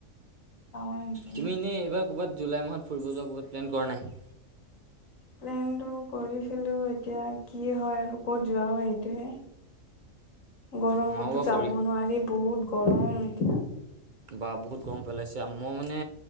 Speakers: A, on the left; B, on the right.
A: গাঁৱৰ সেইপিনে
B: তুমি এনেই এইবাৰ। ক'ৰবাত জুলাইাহ ফুৰি য ক'ৰবাত প্লেন কৰা নাই।
A: প্লেন টো কৰিছিলো এতিয়া কি হয়, আৰু ক'ত যোৱা হয় সেইটোহে। গৰমতো
B: আমাৰো বাৰু
A: যাব
B: কৰি
A: নোৱাৰি বহুত গৰম এতিয়া।
B: বা বহুত গৰম পেলাইছে মই মানে